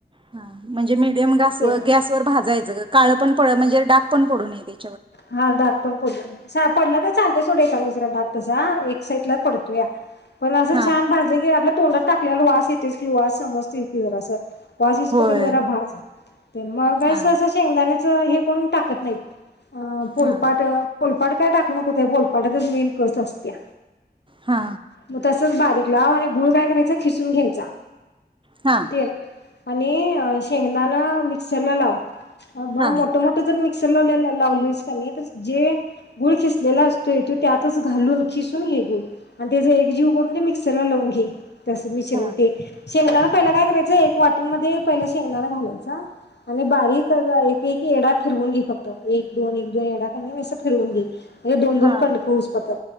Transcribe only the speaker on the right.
हा म्हणजे मीडियम गॅसवर
गॅसवर भाजायचं ग. काळंपण पडत नाही, ज्यावर डागपण पडू नये ते.
हा
होय
हा
हा
हा
हा
हा
हा
हा